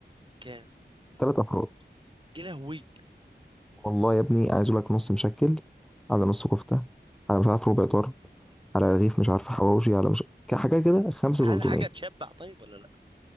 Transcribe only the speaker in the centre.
ثلاث افراد
والله يا ابني عايز اقول لك نص مشكل على نص كفته على مش عارف ربع طرب على رغيف مش عارف حواوشي على مش ك- حاجه كده 5
300